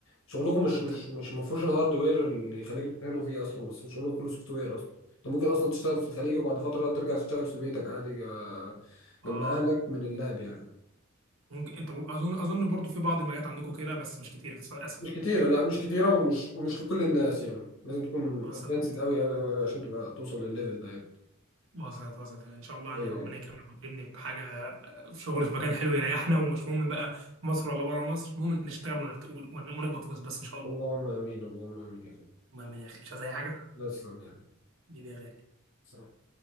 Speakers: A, on the left (about 70°); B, on the right (about 70°).
A: شغلكم مش
B: انت
A: مش مش ما فيهوش الهاردوير اللي يخليكوا تتهانوا فيه أصلا بس شغلكم كله سوفت وير أصلا أنت ممكن أصلا تشتغل في الخليج وبعد فترة ترجع تشتغل في بيتك عادي جا-
B: اه
A: جنب أهلك من اللاب يعني
B: ممكن انت ممكن- اظن اظن برضو في بعض المجالات عندكم كده بس مش كتير للاسف
A: مش كتيرة لا مش كتيرة ومش ومش لكل الناس يعني لازم تكون
B: وصلت
A: أدفانسد أوي أوي أوي أوي عشان تبقى توصل للليفل ده يعني
B: وصلت وصلت ان شاء الله يعني
A: أيوه
B: ربنا
A: أيوه
B: يكرمك ويكرمني بحاجه في شغل في مكان حلو يريحنا ومش مهم بقى في مصر ولا بره مصر المهم إن نشتغل ونرت- ون- ونقبض فلوس بس ان شاء الله
A: اللهم آمين اللهم آمين يا أخويا
B: المهم يا اخي مش عايز اي حاجه
A: لا تسلم يعني
B: بيبي يا غالي
A: تسلم.